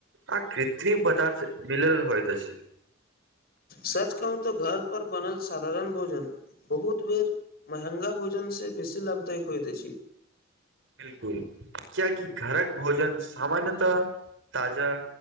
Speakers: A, on the right (about 65°); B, on the left (about 50°).
A: आ कृत्रिम पदार्थ मिलल होइत अछि
B: सच कहूँ तऽ घर पर बनल साधारण भोजन बहुत बेर महेंगा भोजन से बेसी लाभदाय कऽ होइत अछि
A: बिल्कुल कियाकी घर कऽ भोजन सामान्यतः ताजा